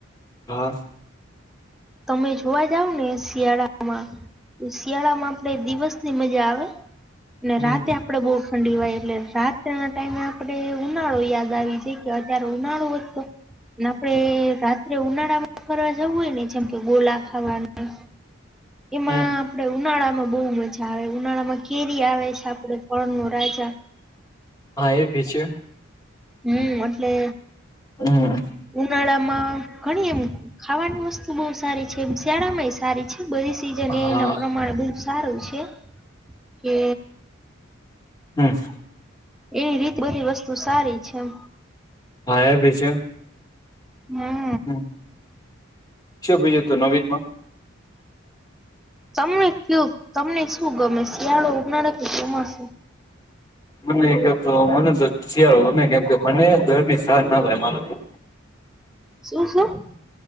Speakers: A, on the left (about 20°); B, in the centre.
A: હા.
B: તમે જોવા જાવ ને શિયાળામાં શિયાળામાં આપણેે દિવસની મજા આવે અને
A: હમ
B: રાતે આપડે બો ઠંડી વાય એટલે રાત ના ટાઈમે આપે ઉનાળો યાદ આવી જાય કે અત્યારે ઉનાળોતો અને આપણે રાત્રે ઉનાળામાં ફરવા જવું હોય ને જેમ કે ગોલા ખાવાના એમાં
A: હમ
B: આપડે ઉનાળા બો મજા આવે ઉનાળામાં કેરી આવે છાપ ફળ નો રાજ
A: હા એ ભી છે
B: હમ્મ અટલે
A: હમ
B: ઉનાળામાં ઘણી એમ ખાવાની વસ્તુ બવ તારી શિયાળામાં એ સારી છે બધી સીઝન
A: હા
B: એ એના પ્રમાણે બ સારું છે કે
A: હમ્મ
B: એ રીત બધી વસ્તુ સારી છા
A: હા એ ભી છે.
B: હમ્મ.
A: હમ્મ. શું બીજું હતું નવીનમાં?
B: તમને કયુ તમને શું ગમે શિયાળો ઉનાળ કે ચોમાસુ
A: મને ક્યો તો મને તો શિયાળો ગમે કેમ કે મને દ હા ના ભાઈ
B: શું શું